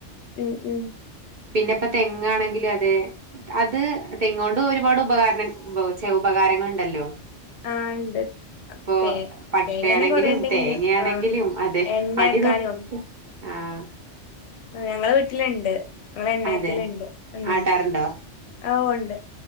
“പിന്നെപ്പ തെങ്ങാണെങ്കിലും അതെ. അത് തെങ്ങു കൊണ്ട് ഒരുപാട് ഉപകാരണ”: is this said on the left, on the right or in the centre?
Right